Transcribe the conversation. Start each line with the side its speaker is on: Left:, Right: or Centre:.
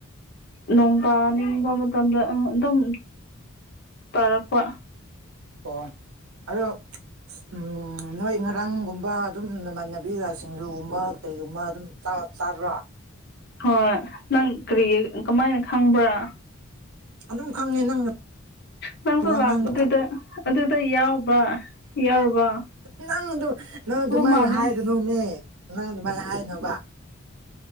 Left: ꯅꯣꯡꯕꯥꯟ ꯅꯤꯡꯕ ꯃꯇꯝꯗ ꯑ ꯑꯗꯨꯝ ꯇꯔꯛꯄ
Right: ꯑꯣ ꯑꯗꯨ ꯎꯝ ꯅꯣꯢ ꯉꯔꯥꯡꯒꯨꯝꯕ ꯑꯗꯨꯝ ꯅꯃꯥꯟꯅꯕꯤꯒ ꯁꯤꯡꯖꯨꯒꯨꯝꯕ ꯀꯔꯤꯒꯨꯝꯕ ꯑꯗꯨꯝ ꯆꯥꯔ ꯆꯕ꯭ꯔꯣ
Left: ꯍꯣꯢ ꯅꯪ ꯀꯔꯤꯒꯤ ꯀꯃꯥꯢꯅ ꯈꯪꯕ꯭ꯔꯥ
Right: ꯑꯗꯨꯝ ꯈꯪꯉꯦ ꯅꯪ
Left: ꯅꯪꯁꯨ
Right: ꯋꯥꯉꯥꯡ
Left: ꯂꯥꯛꯄꯗꯨꯗ ꯑꯗꯨꯗ ꯌꯥꯎꯕ ꯌꯥꯎꯕ
Right: ꯅꯪꯗꯨ ꯅꯪ ꯑꯗꯨꯃꯥꯢꯅ
Left: ꯃꯥꯜꯂꯦ
Right: ꯍꯥꯡꯒꯅꯣꯃꯦ ꯅꯪ ꯑꯗꯨꯃꯥꯢ ꯍꯥꯢꯅꯣꯕ